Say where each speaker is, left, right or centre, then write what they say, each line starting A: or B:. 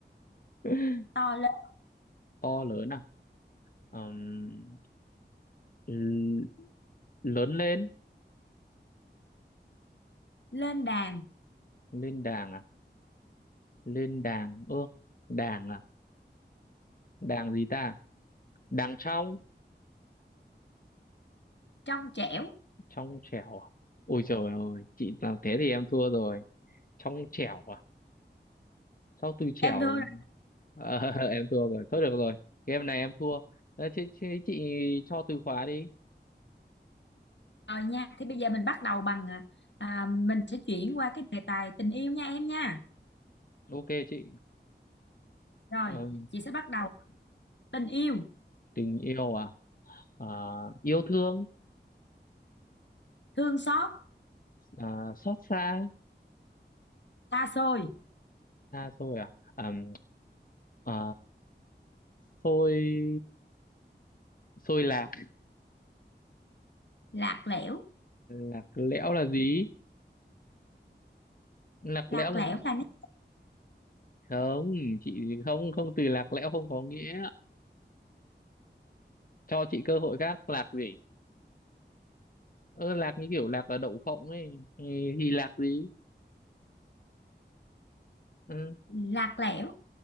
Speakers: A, on the left; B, on the left.
A: <laughs>
B: to lớn,
A: to lớn à, Ờm, l- lớn lên,
B: lên đàn,
A: lên đàng à, lên đàng, ơ, đàng à, đàng gì ta? Đàng trong,
B: trong trẻo.
A: trong trẻo. à? Ôi trời ơi, chị làm thế thì em thua rồi. Trong trẻo à? sau từ chẻo
B: Em đưa ra
A: Ờ, <laughs> em thua rồi thôi được rồi game này em thua Ờ, thế, thế chị cho từ khóa đi
B: rồi nha. Thì bây giờ mình bắt đầu bằng à, à, mình sẽ chuyển qua cái đề tài tình yêu nha em nha.
A: ok chị
B: Rồi,
A: Ờ,
B: chị sẽ bắt đầu tình yêu,
A: tình yêu à Ờ, yêu thương
B: thương xót,
A: Ờ, xót xa
B: xa xôi,
A: xa rồi à Ờm, ờ, xôi xôi lạc
B: lạc lẽo,
A: lạc lẽo là gì lạc
B: lạc
A: lẽo là
B: lẽo là nét
A: không chị không không từ lạc lẽo không có nghĩa cho chị cơ hội khác lạc gì ơ lạc như kiểu lạc là đậu phộng ấy Ừ, thì lạc gì Ừ.
B: lạc lẽo,